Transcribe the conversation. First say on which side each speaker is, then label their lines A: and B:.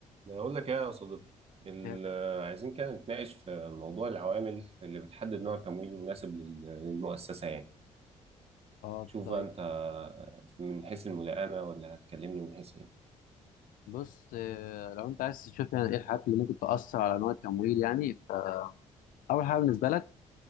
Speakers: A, on the right; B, on the left.
A: بقول لك ايه يا صديقي ال-
B: كيفن
A: آه، عايزين كده نتناقش في موضوع العوامل اللي بتحدد نوع التمويل المناسب لل- للمؤسسة يعني
B: اه
A: شوف
B: طيب
A: بقى انت من حيث الملائمة ولا هتكلمني من حيث ايه
B: بص آه، لو انت عايز تشوف يعني ايه الحاجات اللي ممكن تأثر على نوع التمويل يعني فأول حاجة بالنسبة لك